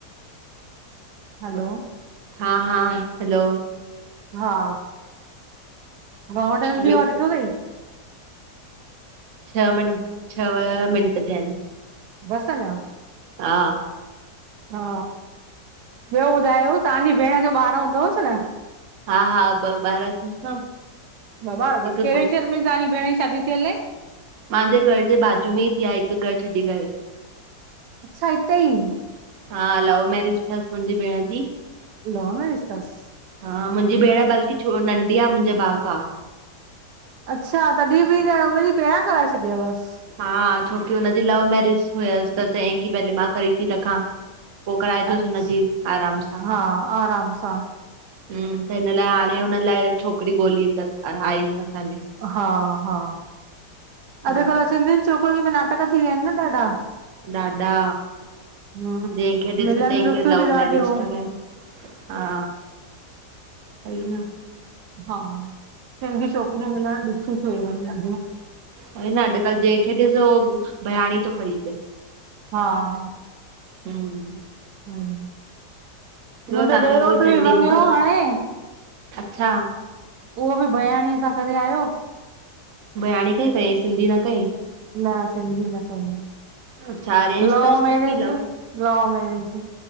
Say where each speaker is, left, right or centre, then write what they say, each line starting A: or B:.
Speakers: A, on the right (about 75°); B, on the right (about 55°).
A: हल़ो!
B: हां-हा हलो!
A: हा! घणो टाइम
B: ॿियो
A: थी वियो आ ॾिठो अथई?
B: छह, मिं छह मिंट थिया आहिनि।
A: बस अञा।
B: हा
A: हा, ॿियो ॿुधायो तव्हांजी भेण जो ॿारु हूंदवसि न?
B: हा हा ॿ ॿारहांं अथसि न।
A: ॿ ॿार तसि।
B: हिकु
A: कहिड़े
B: गु-
A: शहर में तव्हांइ भेण ई शादी थीहल ए?
B: मुंहिंजे घर जे बाजू में ही थी आ हिक घर छॾी करे।
A: अच्छा हिते ई
B: हा लव मैरिज थियस मुंहिंजी भेण जी।
A: लव मैरेज तस?
B: हा, मुंहिंजी भेण बल्कि छो नंढी आ मुंहिंजे भाउ खां।
A: अच्छा! तॾहिं बि न हुनजी पहिरां कराए छॾिय वसि?
B: हा, छोकी हुनजी लव मेरिज हुयसि त चयईं की पहले मां करी थी रखां। पो कराइ जोसि
A: अच्छा
B: हुनजी आराम सां।
A: हा आराम सां
B: हम्म, त हिन लाइ हाणे हुन लाइ छोकिरी ॻोल्ही अथस आईूं असांने।
A: हा हा,
B: हा।
A: अॼुकल्ह सिंधियुनि छोकिरियुनि मे भी नाटक थी विया आहिनि न ॾाढा।
B: ॾाढा
A: हम्म
B: जंखे ॾिस
A: मिलनि
B: तंखे
A: ॾुखियूं
B: लव
A: थियूं ॾाढियूं
B: मैरिज था कयन हा। सई न
A: हा सिंधी छोकिरियूं मिलण ॾुखी थी वयूं आहिनि ॾाढियूं
B: वई न अॼकल्ह जेहिंखे ॾिस हो भयाणी थो खणी अचे।
A: हा
B: हम्
A: हम्
B: ॿियो
A: मुंहिंजो
B: तव्हांखे
A: ॾेरोट्र
B: पूरी सिंधी
A: बि
B: ईंदी
A: मांगियो
B: तव
A: हाणे।
B: अच्छा
A: उहो बि भयाणींय सां करे आयो।
B: बयाणी खा कई सिंधी न कई?
A: न सिंधी न कई।
B: अच्छा अरेंज
A: लव
B: तसि
A: मैरेज
B: की लव?
A: लव मैरेज